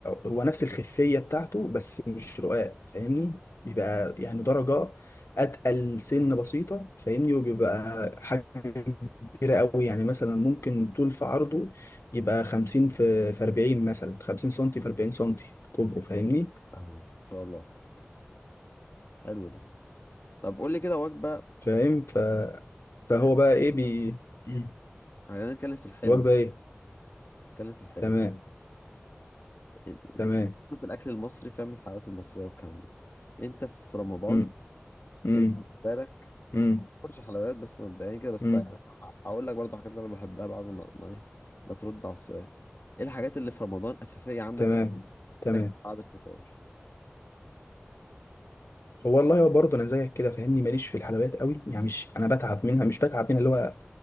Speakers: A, on the left; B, on the left.
A: هو نفس الخفية بتاعته بس مش رقاق فاهمني بيبقى يعني درجة أتقل سن بسيطة فاهمني وبيبقى حاجة كبيرة قوي يعني مثلا ممكن طول في عرضه يبقى 50 في في 40 مثلا 50 سنتي في 40 سنتي كبره فاهمني
B: فاهمه ان شاء الله حلو ده طب قول لي كده وجبه
A: فاهم ف- فهو
B: قول لي
A: بقى
B: وجبة.
A: إيه بي مم.
B: احنا هنتكلم في الحلو
A: الوجبة
B: ده
A: إيه
B: نتكلم في الحلو
A: تمام
B: يعني
A: تمام
B: كان في الأكل المصري فاهم الحلويات المصرية والكلام ده أنت في رمضان
A: مم. مم.
B: إيه بالنسبة لك
A: مم.
B: مش حلويات بس مبدئيا كده بس
A: مم.
B: يعني هقول لك برضه حاجات اللي أنا بحبها بعد ما ما إيه ما ترد على السؤال إيه الحاجات اللي في رمضان أساسية عندك
A: تمام
B: لازم
A: تمام
B: تاكل بعد الفطار
A: والله برضه انا زيك كده فاهمني ماليش في الحلويات قوي يعني مش انا بتعب منها مش بتعب منها اللي هو